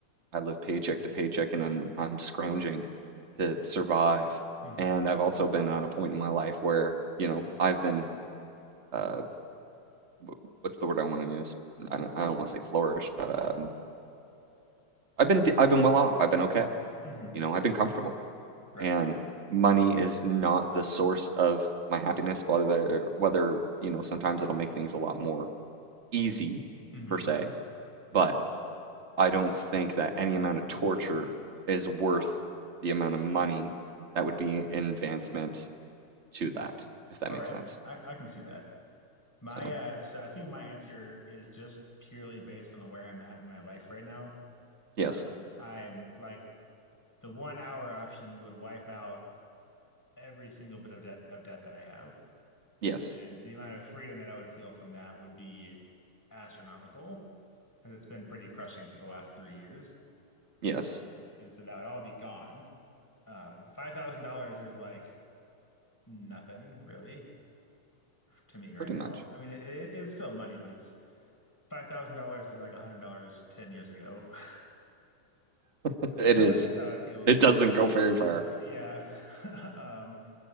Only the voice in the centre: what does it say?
hmm
hmm
Right.
hmm
All
right.
I, I can see that. My
uh, so I think my answer is just purely based on where I'm at in my life right now.
Um, I'm like the one hour option would wipe out every single bit of debt of debt that I have.
And the amount of freedom that I would feel from that would be astronomical, because it's been pretty crushing for the last three years.
And so that would all be gone. Uh, $5,000 is like nothing really to me right
now.
I mean, it, it, it's still money, but it's $5,000 is like $100 10 years ago. <laughs>
That's
how,
that's how it feels
to
me.
Yeah. <laughs> Um,